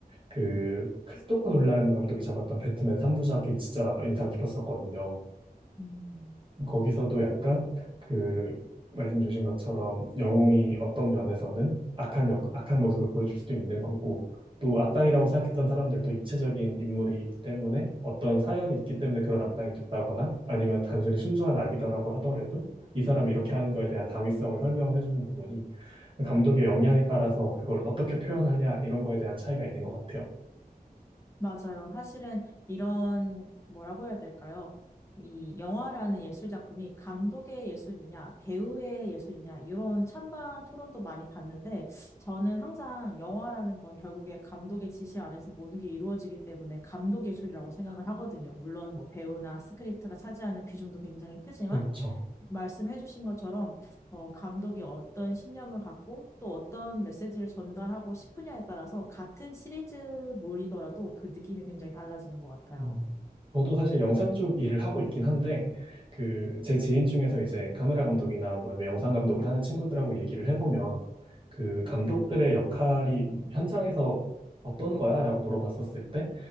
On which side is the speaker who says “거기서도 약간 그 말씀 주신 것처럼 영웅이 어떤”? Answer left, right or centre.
Right